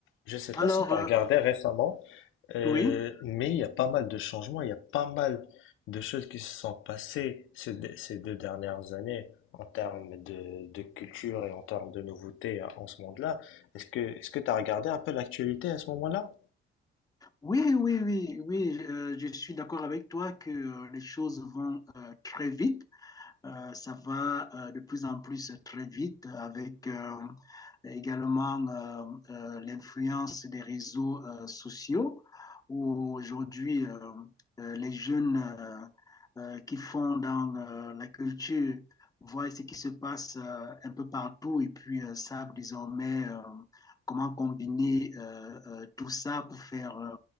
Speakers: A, on the left; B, on the left.
A: Je sais pas
B: Alors,
A: si tu as
B: euh,
A: regardé récemment, euh,
B: oui,
A: mais il y a pas mal de changements, il y a pas mal de choses qui se sont passées ces, de- ces deux dernières années en termes de, de culture et en termes de nouveautés à- en ce monde-là. Est-ce que, est-ce que tu as regardé un peu l'actualité à ce moment-là?
B: oui, oui, oui, oui, euh, je suis d'accord avec toi que euh, les choses vont euh, très vite. Euh, ça va euh, de plus en plus très vite avec euh, également euh, euh, l'influence des réseaux euh, sociaux où aujourd'hui euh, euh, les jeunes euh, euh, qui font dans euh, la culture voient ce qui se passe euh, un peu partout et puis euh, savent désormais euh, comment combiner euh, euh, tout ça pour faire euh,